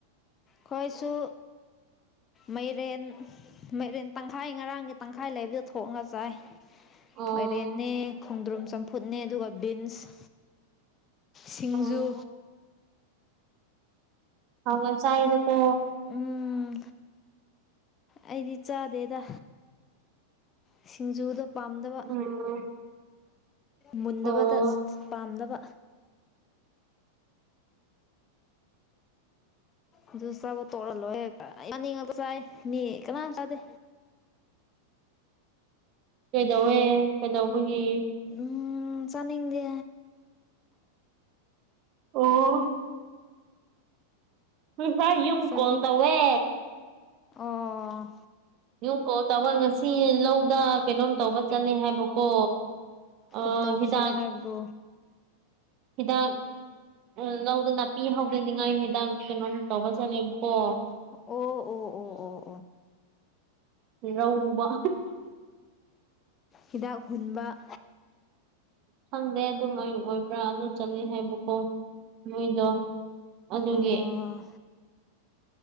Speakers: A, on the left; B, on the right.
A: ꯈꯣꯏꯁꯨ ꯃꯩꯔꯦꯟ ꯃꯩꯔꯦꯟ ꯇꯪꯈꯥꯏ ꯉꯔꯥꯡꯒꯤ ꯇꯪꯈꯥꯏ ꯂꯩꯕꯗ ꯊꯣꯛꯉꯒ ꯆꯥꯏ
B: ꯑꯣ
A: ꯃꯥꯏꯔꯦꯅꯦ ꯈꯣꯡꯗ꯭ꯔꯨꯝ ꯆꯝꯐꯨꯠꯅꯦ ꯑꯗꯨꯒ ꯕꯤꯟꯁ ꯁꯤꯡꯖꯨ
B: ꯑꯣ ꯑ ꯆꯥꯏꯗ ꯀꯣ
A: ꯎꯝ ꯑꯩꯗꯤ ꯆꯥꯗꯦꯗ ꯁꯤꯡꯖꯨꯗ ꯄꯥꯝꯗꯕ
B: ꯎ
A: ꯃꯨꯟꯕꯗ
B: ꯑꯣ
A: ꯄꯥꯝꯅꯕ ꯑꯗꯨ ꯆꯥꯕ ꯇꯣꯛꯔꯜꯂꯣꯏ ꯍꯦꯛꯇ ꯌꯥꯅꯤꯡꯉꯥꯛꯇ ꯆꯥꯏ ꯃꯤ ꯀꯅꯥꯝ ꯆꯥꯗꯦ
B: ꯀꯩꯗꯧꯋꯦ ꯀꯩꯗꯧꯕꯒꯤ
A: ꯎ ꯆꯅꯗꯤ
B: ꯑꯣ ꯎꯁ ꯌꯝ
A: ꯆꯥꯅꯤꯡ
B: ꯀꯣꯜ ꯇꯧꯋꯦ
A: ꯑꯣ
B: ꯌꯨꯝ ꯀꯣꯛ ꯇꯥꯧꯕ ꯉꯁꯤ ꯂꯧꯗ ꯀꯩꯅꯣꯝ ꯇꯧꯕ ꯆꯠꯂꯦ ꯍꯥꯏꯕꯀꯣ ꯑꯥ
A: ꯀꯔꯤ ꯇꯧꯕ
B: ꯍꯤꯗꯥꯛ
A: ꯆꯠꯂꯦ ꯍꯥꯏꯕꯗꯣ
B: ꯍꯤꯗꯥꯛ ꯎꯝ ꯂꯧꯗ ꯅꯥꯄꯤ ꯍꯧꯗꯅꯤꯉꯥꯏ ꯍꯤꯗꯥꯛ ꯀꯩꯅꯣꯝ ꯇꯧꯕ ꯆꯠꯂꯦꯕꯀꯣ
A: ꯑꯣ ꯑꯣ ꯑꯣ ꯑꯣ ꯑꯣ
B: ꯔꯧꯕ
A: ꯍꯤꯗꯥꯛ ꯍꯨꯟꯕ
B: ꯈꯪꯗꯦ ꯑꯗꯨꯃꯥꯏ ꯑꯣꯏꯕ꯭ꯔꯥ ꯑꯗꯨ ꯆꯠꯂꯦ ꯍꯥꯏꯕꯀꯣ ꯃꯣꯏꯗꯣ ꯑꯗꯨꯒꯤ
A: ꯑꯥ